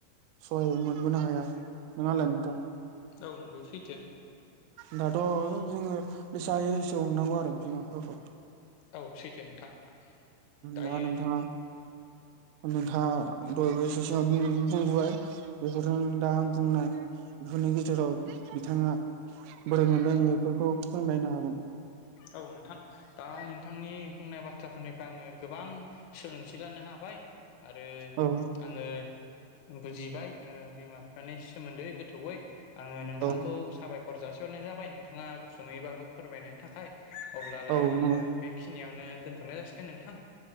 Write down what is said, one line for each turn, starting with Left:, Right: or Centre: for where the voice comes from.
Right: सहाय मोनबोनो हाया नङालाय नोंथां
Left: औ नंगौै।
Right: दाथ' जोङो बेसेायो एसे अननांगौ आरो बिमा बिफाखौ
Left: औ सैथो नोंथां दायो
Right: दा नोंथाङा नोंथाङ दय बोसो सिमाव बुंबोबाय बेफोरजों दा आं बुंनाय। बेफोरनि गेजेराव बिथाङा बोरै मोनलङ बेफोरखौ फोरमायनो हागोन।
Left: औ नोंथां दा नोंथांनि बुंनाय बाथ्राफोरनिफ्राय आङो गोबां सोलोंथि लानो हाबाय आरो
Right: औ
Left: आङो बुजिबाय बिमा बिफानि सोमोन्दै गोथौयै आङो नोंथांखौ
Right: औ
Left: साबायखर जासिहरनाय जाबाय नोंथाङा गुसुङैबाबो फोरमायनायनि थाखाय अब्लालाय
Right: औ
Left: आङो
Right: नंगौ
Left: बेखिनियावनो दोनथ'नाय जासिगोन नोंथां